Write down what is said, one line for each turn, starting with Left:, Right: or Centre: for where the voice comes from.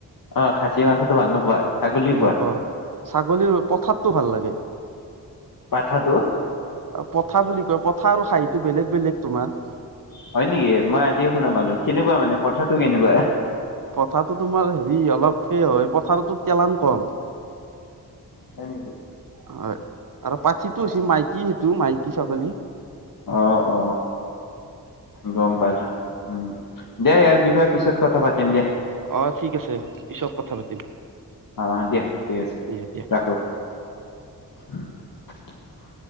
Left: অ খাচী মাংসটো ভাল নোপোৱা? ছাগলী পোৱা?
Right: নাপাওঁ ছাগলীৰ পথাৰতটো ভাল লাগে।
Left: পাঠাটো?
Right: পথা বুলি কয় পথা আৰু খাহিটো বেলেগ বেলেগ তোমাৰ।
Left: হয় নেকি? মই আজি শুনা পালো কেনেকুৱা মানে পথাটো কেনেকুৱা?
Right: পঠাটো তোমাৰ হেৰি অলপ সেই হয় পথাৰতো তেলান কম।
Left: হয় নেকি?
Right: হয়। আৰু পাঠিটো
Left: অ
Right: হৈছে মাইকী সেইটো মাইকী ছাগলী
Left: আহ অ গম পালো, উম দে ইয়াৰ বিষয় পিছত কথা পাতিম দিয়া।
Right: অঁ ঠিক আছে পিছত কথা পাতিম।
Left: অঁ দিয়া ঠিক আছে
Right: দিয়া
Left: ৰাখো। <unintelligible>